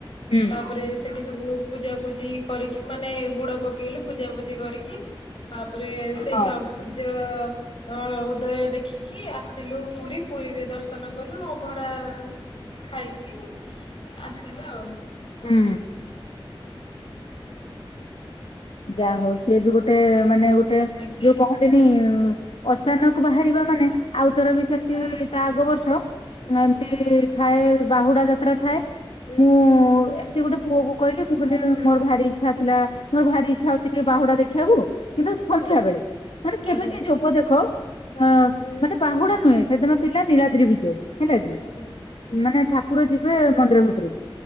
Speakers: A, on the left (about 85°); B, on the left (about 65°).
A: ହୁଁ
B: ତାପରେ ସେଠି ସବୁ ପୂଜା ପୂଜି କରିକି ମାନେ ବୁଡ ପକେଇଲୁ ପୂଜାପୂଜି କରିକି ତା ତାପରେ ସେଇ
A: ହଁ
B: ସ ସୂର୍ଯ୍ୟ ହଁ ଉଦୟ ଦେଖିକି ଆସିଲୁ ପୁରୀ ପୁରୀରେ ଦର୍ଶନ କଲୁ ଅଭଢା ଖାଇକି ଆସିଲ ଆଉ
A: ହୁଁ। ଯାହା ହଉ ସିଏ ବି ଗୋଟେ ମାନେ ଗୋଟେ
B: ଆଜ୍ଞା
A: ଯୋଉ କହନ୍ତିନି। ଅଚାନକ ବାହାରିବା ମାନେ ଆଉଥର ବି ସେମତି ତା ଆଗ ବର୍ଷ ଏମିତି ଥାଏ ବାହୁଡା ଯାତ୍ରା ଥାଏ। ମୁଁ ଏମିତି ଗୋଟେ ପୁଅ କ କହିଲି ମୁଁ କହିଲି ମୋର ଭାରି ଇଚ୍ଛା ଥିଲା ମୋର ଭାରି ଇଛା ହଉଛି ଟିକେ ବାହୁଡା ଦେଖିବାକୁ କିନ୍ତୁ ସନ୍ଧ୍ୟା ବେଳେ ମାନେ
B: ଆଜ୍ଞା
A: କେମିତି ଯୋଗ ଦେଖ ଅ ମାନେ ପାହୁଡା ନୁହେଁ ସେଦିନ ଥିଲା ନୀଳାଦ୍ରି ବିଜେ ହେଲା କି
B: ଆଜ୍ଞା
A: ମାନେ ଠାକୁର ଯିବେ ମନ୍ଦିର ଭିତରକୁ